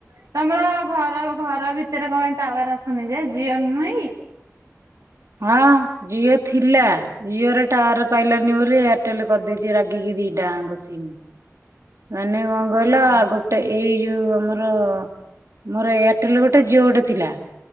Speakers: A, on the right; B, on the right.
A: ତମର ଘର ଘର ଭିତରେ କଣ ଟାୱାର ଆସୁନି ଯେ ଜିଓ ନୁହେଁ କି?
B: ହଁ ଜିଓ ଥିଲା ଜିଓର ଟାୱାର ପାଇଲାନି ବୋଲି ଏଆର ହୋଟେଲ କରିଦେଇଛି ରାଗିକି ଦିଟାଙ୍କ ସିମି ମାନେ କଣ କହିଲ
A: ହଁ।
B: ଗୋ ଗୋଟେ ଏଇ ଯୋଉ ଆମର ମୋର ଏୟାରଟେଲ ଗୋଟେ ଜିଓ ଗୋଟେ ଥିଲା।